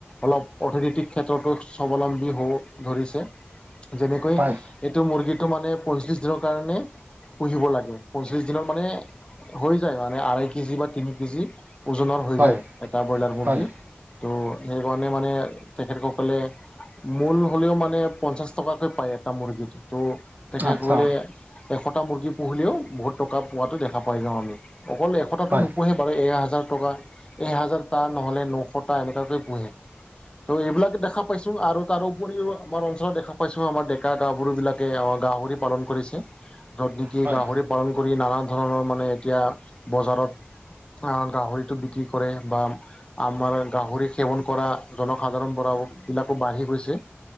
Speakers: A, on the left (about 25°); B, on the right (about 40°).
A: অলপ অৰ্থনৈতিক ক্ষেত্ৰতো স্বাৱলম্বী হ'ব ধৰিছে। যেনেকৈ
B: হয়
A: এইটো মুৰ্গীটো মানে পঞ্চ্লিছ দিনৰ কাৰণে। পুহিব লাগে পঞ্চ্লিশ দিনৰত মানে। হৈ যায় মানে, আঢ়ৈ কেজি বা তিনি কেজি ওজনৰ হৈ
B: হয়
A: যায়। এটা ব্ৰইলাৰ মুৰ্গী
B: হয়
A: ত' সেইকাৰণে মানে তেখেতসকলে। মূল হ'লেও মানে পঞ্চাশ টকাকৈ পায় এটা মুৰ্গীটো ত' তেখেত
B: আচ্ছা
A: গলে। এশটা মুৰ্গী পুহিলেও বহুত টকা পোৱাতটো দেখা পাই যাওঁ আমি। অকল এশতটো
B: হয়
A: নোপোহে বাৰু এহাজাৰ টকা। এহেজাৰ টা নহ'লে নশটা এনেকাকৈ পোহে। ত' এইবিলাকে দেখা পাইছো, আৰু তাৰ উপৰিও আমাৰ অঞ্চলত দেখা পাইছো আমাৰ ডেকা গাভৰু বিলাক। গাহৰি পালন কৰিছে। য'ত নেকি
B: হয়
A: গাহৰি পালন কৰি নানা ধৰণৰ মানে এতিয়া বজাৰত। গাহৰিটো বিক্ৰী কৰে বা। আমাৰ গাহৰি সেৱন কৰা জনসাধাৰণ বোৰো বিলাকো বাঢ়ি গৈছে।